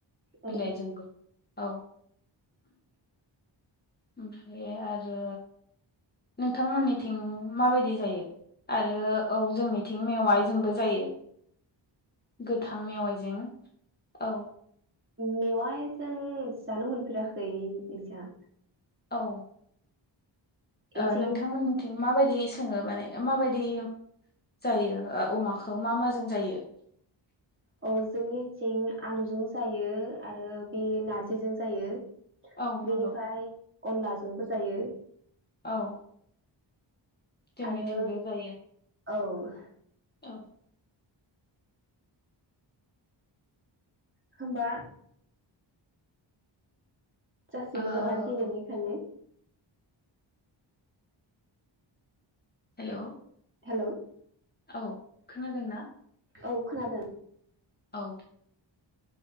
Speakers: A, on the right (about 25°); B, on the left (about 20°).
A: औ
B: बिलाइजोंबो। औ ओमफ्राय आरो नोंथांमोननिथिं माबायदि जायो? आरो औ जोंनिथिं मेवाय जोंबो जायो।
A: <unintelligible>
B: गोथां मेवाइजों औ
A: मेवाय जों जानो मोनफेराखै ओजा।
B: औ
A: इथिं
B: ओ नोंथांमोननिथिं माबायदि सङो माने माबायदि जायो ओ अमाखौ मा माजों जायो?
A: अ जोंनिथिं आलुजों जायो आरो बे नारजिजों जायो।
B: औ नंगौ
A: बेनिफ्राय अनलाजोंबो जायो।
B: औ जोंनिथिंबो
A: आरो
B: जायो।
A: औ
B: औ
A: होमबा जासिगोन
B: ओ
A: नामा गेलेनायखोनो?
B: हेलौ
A: हेलौ
B: औ खोनादों ना?
A: औ खोनादों।
B: औ